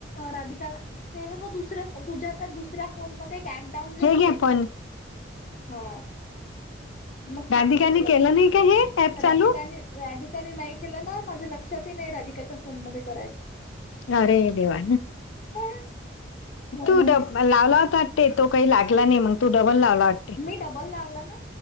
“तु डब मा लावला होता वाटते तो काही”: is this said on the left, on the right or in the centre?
Left